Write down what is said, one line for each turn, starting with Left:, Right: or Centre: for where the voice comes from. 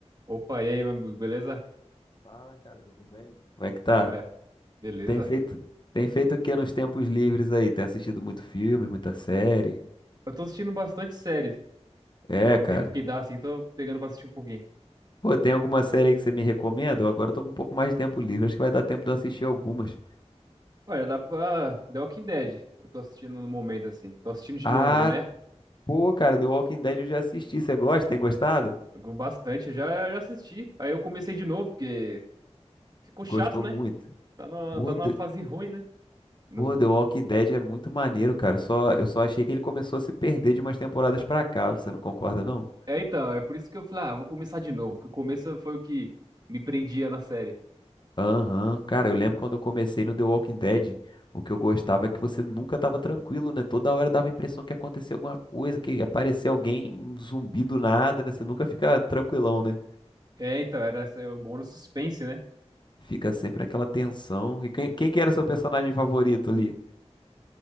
Right: Opa, e aí, meu amigo, beleza?
Left: Fala, cara, tudo bem? Como é que tá?
Right: Joia. Beleza.
Left: Tem feito, tem feito o que nos tempos livres aí? Tem assistido muito filme, muita série?
Right: Eu tô assistindo bastante série.
Left: É,
Right: Quanto
Left: cara.
Right: tempo que dá, assim, tô pegando pra assistir um pouquinho.
Left: Pô, tem alguma série aí que você me recomenda? Eu Agora eu tô com um pouco mais de tempo livre, acho que vai dar tempo de eu assistir algumas.
Right: Olha, dá pra... The Walking Dead. Eu tô assistindo no momento, assim. Tô assistindo de
Left: Ah,
Right: novo, né?
Left: pô, cara, The Walking Dead eu já assisti. Você gosta? Tem gostado?
Right: Jogou bastante, eu já, eu já assisti. Aí eu comecei de novo, porque ficou chato,
Left: Gostou
Right: né?
Left: muito.
Right: Tá numa,
Left: Pô,
Right: tá numa
Left: The,
Right: fase ruim, né? No...
Left: pô, The Walking Dead é muito maneiro, cara. Só, eu só achei que ele começou a se perder de umas temporadas pra cá. Você não concorda, não?
Right: É, então, é por isso que eu falei, ah, vou começar de novo, que o começo foi o que me prendia na série.
Left: Aham, Cara, eu lembro quando eu comecei no The Walking Dead, o que eu gostava é que você nunca tava tranquilo, né? Toda hora dava a impressão que acontecia alguma coisa, que aparecia alguém, um zumbi do nada, né? Você nunca fica tranquilão, né?
Right: É, então, era essa- o bom no suspense, né?
Left: Fica sempre aquela tensão. E quem, quem que era seu personagem favorito ali?